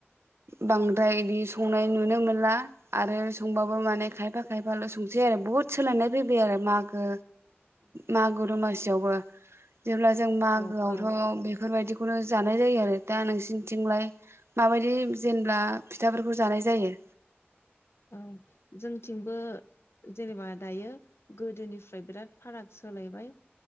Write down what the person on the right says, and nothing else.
बांद्राय इदि स संनाय नुनो मोनला आरो संबाबो माने खायफा खायफाल' संसै आरो बुहुद सोलायनाय फैबाय आरो मागो मागो दमासियावबो। जेब्ला जों मागोआवथ'
बेफोरबायदि फुरा जानाय जायो आरो दा नोंसिनिथिंलाय माबायदि जेनब्ला फिथाफोरखौ जानाय जायो।